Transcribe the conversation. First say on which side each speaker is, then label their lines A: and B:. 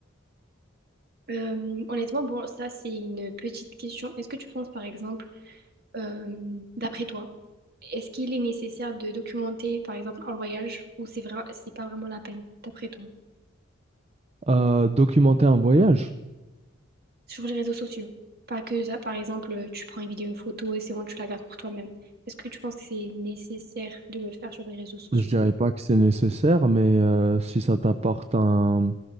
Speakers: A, on the right; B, on the right.
A: Euh, honnêtement, bon, ça, c'est une petite question. Est-ce que tu penses, par exemple, Euh, d'après toi, est-ce qu'il est nécessaire de documenter, par exemple, un voyage ou c'est vrai, c'est pas vraiment la peine, d'après toi,
B: Euh, documenter un voyage.
A: sur les réseaux sociaux? Pas que ça, par exemple, tu prends une vidéo, une photo et c'est bon, tu la gardes pour toi-même. Est-ce que tu penses que c'est nécessaire de le faire sur les réseaux sociaux?
B: Je dirais pas que c'est nécessaire, mais euh, si ça t'apporte un,